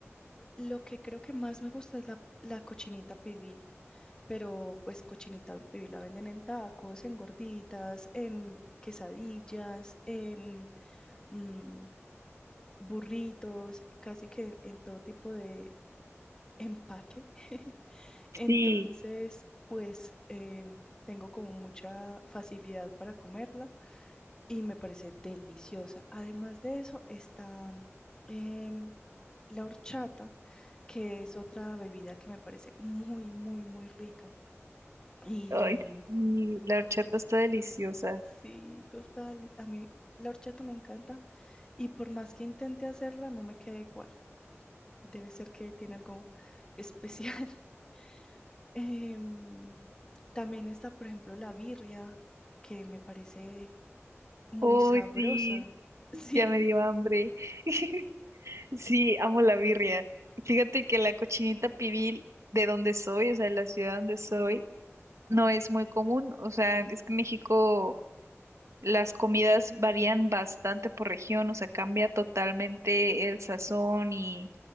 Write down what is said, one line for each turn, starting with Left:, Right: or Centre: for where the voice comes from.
Left: lo que creo que más me gusta es la, la cochinita pibil. pero pues cochinita pibil la venden en tacos, en gorditas, en quesadillas, en mm, burritos, casi que en todo tipo de empaque. <laughs> Entonces,
Right: Sí.
Left: pues em, tengo como mucha facilidad para comerla y me parece deliciosa. Además de eso, está em, la horchata, que es otra bebida que me parece muy, muy, muy rica. y
Right: Ay, sí la horchata está deliciosa.
Left: Sí, total. A mí la horchata me encanta y por más que intente hacerla, no me queda igual. Debe ser que tiene algo especial. <laughs> Em, también está, por ejemplo, la birria, que me parece muy
Right: uy
Left: sabrosa.
Right: sí,
Left: <laughs> Sí,
Right: ya me dio hambre. <laughs> Sí, amo la birria. Fíjate que la cochinita pibil de donde soy, o sea, de la ciudad donde soy, no es muy común. O sea, es que en México las comidas varían bastante por región, o sea, cambia totalmente el sazón y,